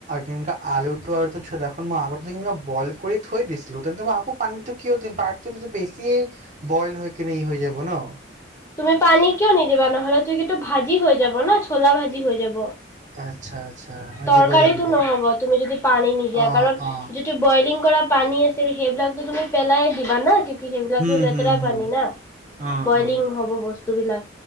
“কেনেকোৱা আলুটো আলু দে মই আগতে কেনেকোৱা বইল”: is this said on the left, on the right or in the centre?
Right